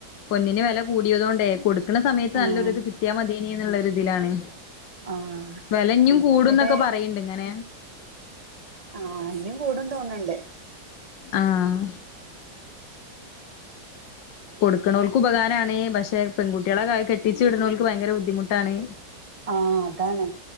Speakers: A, on the left; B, on the right.
A: പൊന്നിന് വെല കൂടിയതോണ്ടെ കൊട്ക്ക്ണ സമയത്ത്
B: ആഹ്
A: നല്ലൊര്ത് കിട്ട്യാ മത്യേനീന്ന്ള്ളൊര്ത്ൽ ആണ്.
B: ആഹ്
A: വെലഞ്ഞും കൂടുംന്നൊക്കെ
B: എന്നിട്ട്
A: പറയ്ണ്ട്ങ്ങനെ.
B: ആഹ് ഇഞ്ഞും കൂടും തോന്ന്ണ്ട്.
A: ആഹ് കൊട്ക്ക്ണോൽക്ക് ഉപകാരാണ് പശേ പെൺങ്കുട്ടിളെ കാ കെട്ടിച്ച് വിട്ണോൽക്ക് ഭയങ്കര ബുദ്ധിമുട്ടാണ്.
B: ആഹ് അതാണ്.